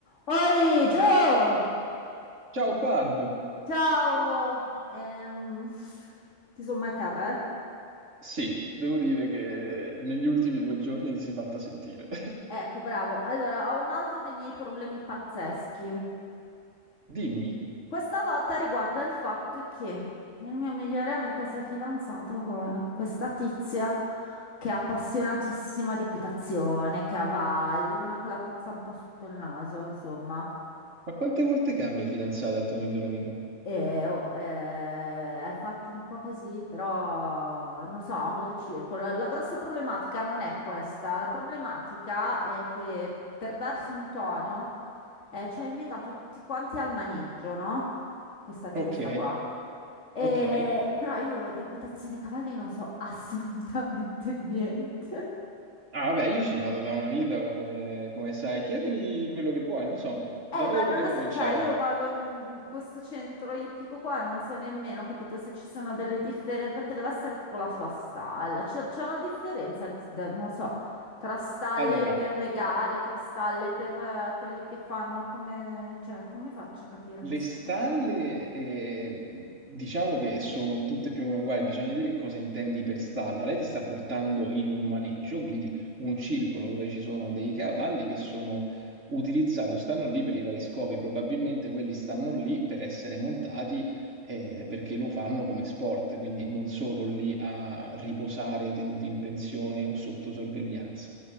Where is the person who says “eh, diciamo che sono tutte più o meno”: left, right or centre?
Right